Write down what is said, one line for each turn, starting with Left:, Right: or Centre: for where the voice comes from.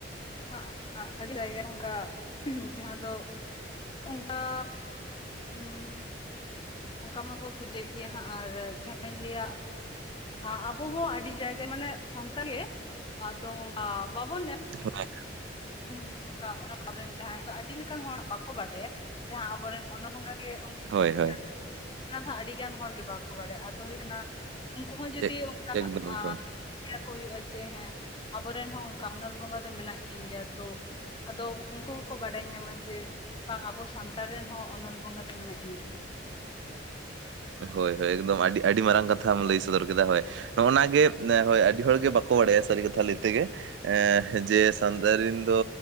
Left: <unintelligible> ᱚᱝᱠᱟ ᱡᱟᱦᱟᱸ ᱫᱚ ᱚᱝᱠᱟ ᱩᱸ ᱚᱝᱠᱟ ᱢᱟᱠᱚ ᱯᱩᱡᱟᱹᱭᱮᱜ ᱜᱮᱭᱟ ᱦᱟᱸᱜ ᱟᱨ ᱡᱟᱦᱟᱸᱧ ᱞᱟᱹᱭᱟ ᱟᱸ ᱟᱵᱚ ᱦᱚᱸ ᱟᱹᱰᱤ ᱡᱟᱭ ᱠᱮ ᱢᱟᱱᱮ ᱥᱟᱱᱛᱟ ᱜᱮ ᱟᱫᱚ ᱚᱝᱠᱟ ᱵᱟᱵᱚᱱ ᱮᱸ
Right: <inaudible>
Left: ᱩ ᱚᱝᱠᱟ <inaudible> ᱟᱵᱚᱨᱮᱱ ᱡᱟᱦᱟᱸᱭ ᱫᱚ ᱟᱹᱰᱤ ᱞᱮᱠᱟᱱ ᱦᱚᱲ ᱵᱟᱠᱚ ᱵᱟᱰᱟᱭᱟ ᱡᱟᱦᱟᱸ ᱟᱵᱚᱨᱮᱱ ᱚᱱᱚ ᱵᱚᱸᱜᱟ ᱜᱮ ᱩᱱᱠᱤᱱ
Right: ᱦᱳᱭ
Left: ᱵᱤᱸᱫᱩ
Right: ᱦᱳᱭ
Left: ᱪᱟᱱᱫᱟᱱ ᱚᱱᱟ ᱫᱚ ᱦᱟᱜ ᱟᱹᱰᱤ ᱜᱟᱱ ᱦᱚᱲ ᱜᱮ ᱵᱟᱠᱚ ᱵᱟᱰᱟᱭᱟ ᱟᱫᱚ ᱦᱩᱭᱩᱜ ᱠᱟᱱᱟ ᱾ ᱩᱱᱠᱩ ᱦᱚᱸ ᱡᱩᱫᱤ
Right: ᱮ
Left: ᱚᱝᱠᱟ
Right: ᱮᱠᱫᱚᱢ ᱮᱠᱫᱚᱢ
Left: ᱟ ᱞᱮᱭᱟ ᱠᱚ ᱦᱩᱭᱩᱜᱼᱟ ᱡᱮ ᱦᱮᱸ ᱟᱵᱚᱨᱮᱱ ᱦᱚᱸ ᱚᱝᱠᱟ ᱚᱱᱚᱞ ᱵᱚᱸᱜᱟ ᱫᱚ ᱢᱮᱱᱟᱜ ᱠᱤᱱ ᱜᱮᱭᱟ ᱛᱚ ᱾ ᱟᱫᱚ ᱩᱱᱠᱩ ᱦᱚᱸᱠᱚ ᱵᱟᱰᱟᱭ ᱧᱟᱢᱟ ᱡᱮ ᱵᱟᱝ ᱟᱵᱚ ᱥᱟᱱᱛᱟᱲ ᱨᱮᱱ ᱦᱚᱸ ᱚᱱᱚᱞ ᱵᱚᱸᱜᱟ ᱫᱚ ᱢᱮᱱᱟᱜ ᱠᱤᱱ ᱜᱮᱭᱟ ᱾
Right: ᱦᱳᱭ ᱦᱳᱭ ᱮᱠᱫᱚᱢ ᱟᱹᱰᱤ ᱟᱹᱰᱤ ᱢᱟᱨᱟᱝ ᱠᱟᱛᱷᱟᱢ ᱞᱟᱹᱭ ᱥᱚᱫᱚᱨ ᱠᱮᱫᱟ ᱦᱳᱭ ᱾ ᱱᱚᱜ-ᱱᱟᱣᱟ ᱜᱮ ᱦᱳᱭ ᱟᱹᱰᱤ ᱦᱚᱲ ᱜᱮ ᱵᱟᱠᱚ ᱵᱟᱲᱟᱭᱟ ᱥᱟᱹᱨᱤ ᱠᱟᱛᱷᱟ ᱞᱟᱭ ᱛᱮᱜᱮ ᱮ ᱾ ᱡᱮ ᱥᱟᱱᱛᱟᱨᱤᱱ ᱫᱚ